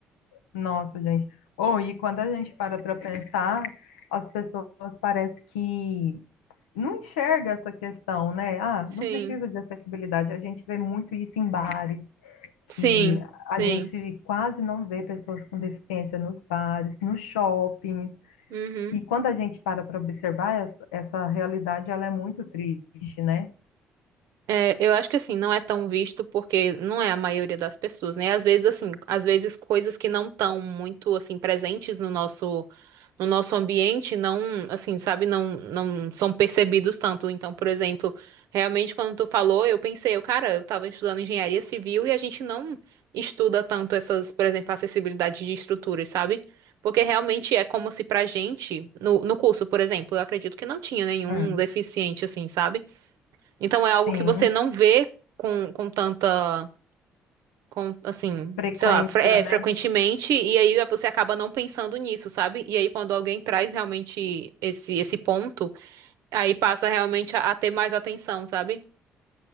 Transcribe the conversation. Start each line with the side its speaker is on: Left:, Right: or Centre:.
Left: nossa, gente. Ou e quando a gente para para pensar, as pessoas parece que não enxerga essa questão, né? Ah,
Right: Sim,
Left: não precisa de acessibilidade. A gente vê muito isso em bares,
Right: sim,
Left: que
Right: sim.
Left: a gente quase não vê pessoas com deficiência nos bares, nos shoppings.
Right: Uhum.
Left: E quando a gente para para observar, essa, essa realidade ela é muito triste, né?
Right: É, eu acho que assim, não é tão visto porque não é a maioria das pessoas, né? Às vezes assim, às vezes coisas que não estão muito assim presentes no nosso no nosso ambiente não, assim, sabe, não não são percebidos tanto. Então, por exemplo, realmente quando tu falou, eu pensei, eu, cara, eu tava estudando engenharia civil e a gente não estuda tanto essas, por exemplo, acessibilidade de estruturas, sabe? Porque realmente é como se pra gente, no, no curso, por exemplo, eu acredito que não tinha nenhum
Left: Hum.
Right: deficiente, assim, sabe? Então é algo
Left: Sim,
Right: que você não vê com, com tanta, com, assim,
Left: frequência,
Right: sei lá, fre- é,
Left: né?
Right: frequentemente, e aí você acaba não pensando nisso, sabe? E aí quando alguém traz realmente esse, esse ponto, aí passa realmente a, a ter mais atenção, sabe?